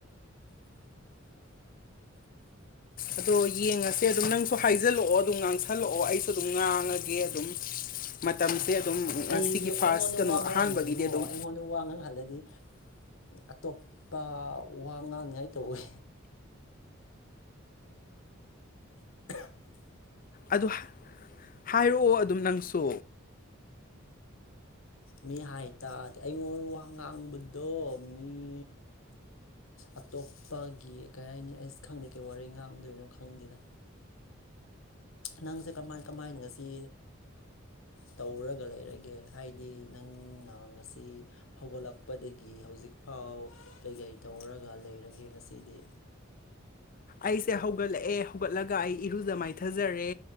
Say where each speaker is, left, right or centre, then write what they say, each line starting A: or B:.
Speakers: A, on the left; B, on the left.
A: ꯑꯗꯣ ꯌꯦꯡꯉꯁꯦ ꯑꯗꯨꯝ ꯅꯪꯁꯨ ꯍꯥꯏꯖꯜꯂꯛꯑꯣ ꯑꯗꯨꯝ ꯉꯥꯡꯁꯜꯂꯛꯑꯣ ꯑꯩꯁꯨ ꯑꯗꯨꯝ ꯉꯥꯡꯉꯒꯦ ꯑꯗꯨꯝ ꯃꯇꯝꯁꯦ ꯑꯗꯨꯝ
B: ꯑꯩꯁꯨ
A: ꯁꯤꯒꯤ ꯐꯥꯔꯁ
B: ꯑꯩꯉꯣꯟꯗ
A: ꯀꯩꯅꯣ
B: ꯋꯥ ꯉꯥꯡꯍꯟꯒꯅꯨ
A: ꯑꯍꯥꯟꯕꯒꯤꯗꯤ ꯑꯗꯨꯝ
B: ꯑꯩꯉꯣꯟꯗ ꯋꯥ ꯉꯥꯡꯍꯜꯂꯗꯤ ꯑꯇꯣꯞꯄ ꯋꯥ ꯉꯥꯡꯉꯥꯏ ꯇꯧꯋꯦ <unintelligible>
A: ꯑꯗꯨ ꯍꯥꯏꯔꯛꯑꯣ ꯑꯗꯨꯝ ꯅꯪꯁꯨ
B: ꯃꯤ ꯍꯥꯏꯇꯥꯔꯗꯤ ꯑꯩꯉꯣꯟ ꯋꯥ ꯉꯥꯡꯕꯗꯣ ꯃꯤ ꯑꯇꯣꯞꯄꯒꯤ ꯀꯩ ꯍꯥꯏꯅꯤ ꯑꯩꯁ ꯈꯪꯗꯦ ꯀꯩ ꯋꯥꯔꯤ ꯉꯥꯡꯗꯣꯏꯅꯣ ꯈꯪꯗꯦꯗ ꯅꯪꯁꯦ ꯀꯃꯥꯏ ꯀꯃꯥꯏꯅ ꯉꯁꯤ ꯇꯧꯔꯒ ꯂꯩꯔꯒꯦ ꯍꯥꯏꯗꯤ ꯅꯪꯅ ꯉꯁꯤ ꯍꯧꯒꯠꯂꯛꯄꯗꯒꯤ ꯍꯧꯖꯤꯛꯐꯥꯎ ꯀꯩꯀꯩ ꯇꯧꯔꯒ ꯂꯩꯔꯒꯦ ꯉꯁꯤꯗꯤ
A: ꯑꯩꯁꯦ ꯍꯧꯒꯠꯂꯛꯑꯦ ꯍꯧꯒꯠꯂꯒ ꯑꯩ ꯏꯔꯨꯖ ꯃꯥꯏꯊꯖꯔꯦ